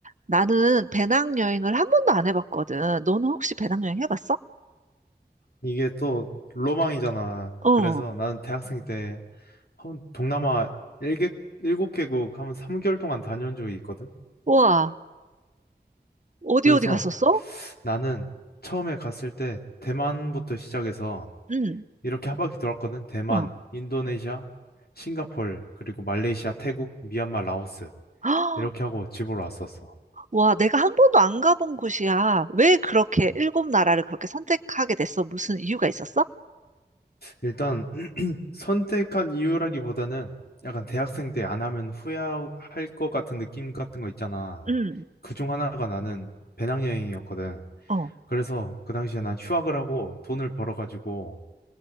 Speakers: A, on the right; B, on the left.
A: 나는 배낭여행을 한 번도 안 해봤거든. 너는 혹시 배낭여행 해봤어?
B: 이게 또 로망이잖아.
A: 어.
B: 그래서 나는 대학생 때 한 동남아 일개 7개국 하면 3개월 동안 다녀온 적이 있거든.
A: 와, 어디
B: 그래서
A: 어디 갔었어?
B: 나는 처음에 갔을 때 대만부터 시작해서
A: 응.
B: 이렇게 한 바퀴 돌았거든. 대만,
A: 어.
B: 인도네시아, 싱가폴, 그리고 말레이시아, 태국, 미얀마, 라오스.
A: <gasps> 아,
B: 이렇게 하고 집으로 왔었어.
A: 와, 내가 한 번도 안 가본 곳이야. 왜 그렇게 일곱 나라를 그렇게 선택하게 됐어? 무슨 이유가 있었어?
B: 일단 선택한 이유라기보다는 약간 대학생 때 안 하면 후회할 것 같은 느낌 같은 거 있잖아.
A: 응.
B: 그 중 하나가 나는 배낭여행이었거든.
A: 어.
B: 그래서 그 당시에 난 휴학을 하고 돈을 벌어가지고